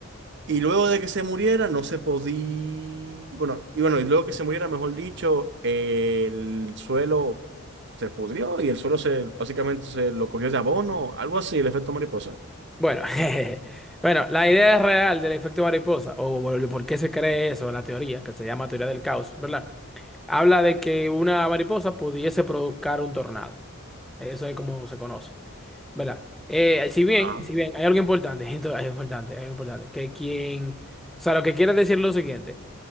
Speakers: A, on the right (about 50°); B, in the centre.
A: y luego de que se muriera, no se podía. Bueno, y bueno, y luego que se muriera, mejor dicho, el suelo se pudrió y el suelo se básicamente se lo cogió de abono, algo así, el efecto mariposa.
B: Bueno, <laughs> jeje. bueno, la idea real del efecto mariposa, o el por qué se cree eso, la teoría, que se llama teoría del caos, ¿verdad? Habla de que una mariposa pudiese provocar un tornado. Eso es como se conoce. ¿verdad? Eh, si bien,
A: Ajá.
B: si bien, hay algo importante, <laughs> esto- hay algo importante, hay algo importante, que quien, o sea, lo que quiere decir es lo siguiente,